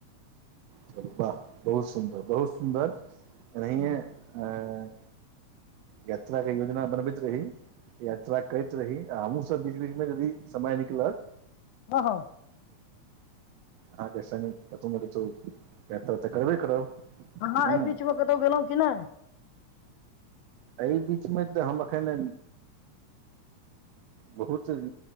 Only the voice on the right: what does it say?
चलू वाह बहुत- सुन्दर, बहुत- सुन्दर। एनहिएं-एंँ
यात्राके योजना बनबैत रही, यात्रा करैत रही आ हमहूँ सब बीच- बीच में यदि समय निकलत
अहाँ के संगे कतौ-ने-कतौ यात्रा ते करबे करब।
हँ
एहि बीचमे तऽ हम एखन बहुत